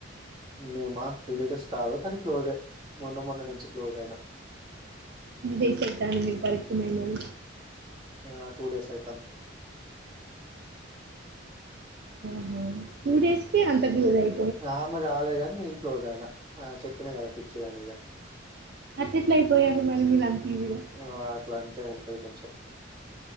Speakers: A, on the right; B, on the right.
A: మేమా రిలేటివ్స్ కాదు కానీ క్లోజే మొన్న మొన్న నుంచి క్లోజ్ అయినాం
B: ఎన్ని డేస్ అయితాంది మీర్ పరిచయం మరీ
A: ఆ టూ డేస్ అయితాంద్
B: ఆ హా టూ డేస్ కే అంత బ్యూజ్ అయి
A: ఆమె గాలె గాన్ నేన్ క్లోజ్ ఐనా ఆమె చెప్పిన గద పిచ్చిదని ఇగ
B: అట్లెట్లైపోయారు మరి మీలంతీజీగా
A: ఊ ఆ అట్ల అంటే ఉంటది కొంచెం